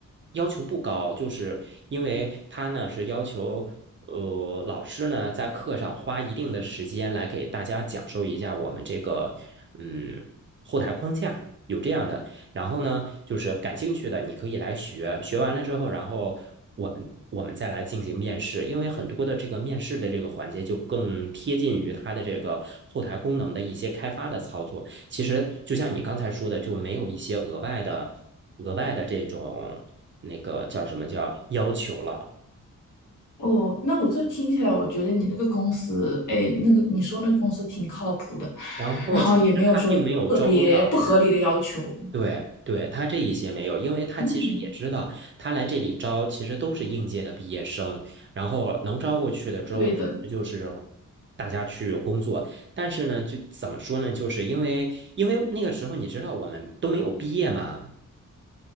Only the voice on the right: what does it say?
要求不高，就是因为他呢是要求，呃，老师呢在课上花一定的时间来给大家讲授一下我们这个，嗯，后台框架有这样的。然后呢，就是感兴趣的你可以来学，学完了之后，然后我们我们再来进行面试，因为很多的这个面试的这个环节就更贴近于它的这个后台功能的一些开发的操作。其实就像你刚才说的，就没有一些额外的、额外的这种那个叫什么叫要求了。
然后其实他并没有招多少人，
对对，他这一些没有，因为他其实也知道，
他来这里招其实都是应届的毕业生，然后能招过去的之后，
就是大家去工作。但是呢，就怎么说呢，就是因为因为那个时候你知道我们都没有毕业嘛，